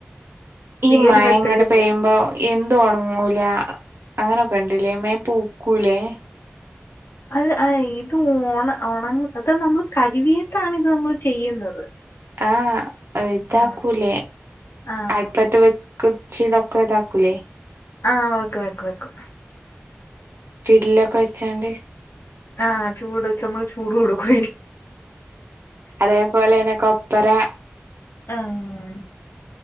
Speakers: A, on the right; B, on the left.
A: ഈ മഴ
B: ഒരു മെത്തേഡ്
A: ങ്ങനെ പെയ്യുമ്പോ
B: പോവും
A: എന്തു ഉണങ്ങൂല അങ്ങനെയൊക്കെ ണ്ടല്ലേ മേ പൂക്കൂലേ
B: അൽ ആഹ് ഇത് ഓണ ഓണം അതാ നമ്മൾ കഴുകിയിട്ടാണ് ഇത് നമ്മൾ ചെയ്യുന്നത്
A: ആഹ് ഇതാക്കൂലെ
B: ആ ആ
A: അടുപ്പത്തെ വ കുച്ച് തൊക്കെ താക്കുലേ
B: ആഹ് ഓക്കെ വെക്കു വെക്കു
A: ഗ്രില്ലൊക്കെ വെച്ചാണ്ട്
B: ആഹ് ചൂട് ച്ചമ്മഹ് ചൂട് കൊടുക്കായി
A: അതേപോലെനെ കോഫ്‌ പരാ
B: ഉം